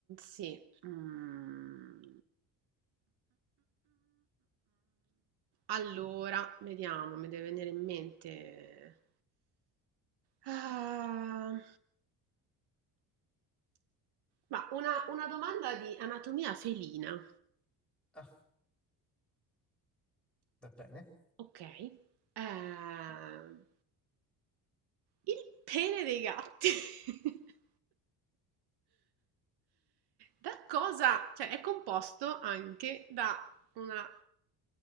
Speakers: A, on the right; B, in the centre.
A: sì, mhmm, allora, vediamo, mi deve venire in mente. Ah, ma una, una domanda di anatomia felina.
B: Ah, va bene.
A: Ok, ehm, Il pene dei gatti. <laughs> da cosa? Cioè, è composto anche da una,